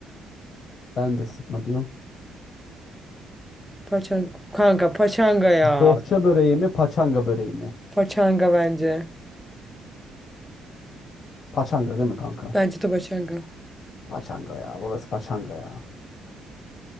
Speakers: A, on the left; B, in the centre.
A: Ben de sıkma diyorum.
B: Paçanga. Kanka paçanga ya.
A: Bohça böreği mi, paçanga böreği mi?
B: Paçanga bence.
A: Paçanga değil mi kanka?
B: Bence de paçanga.
A: Paçanga ya. Burası paçanga ya.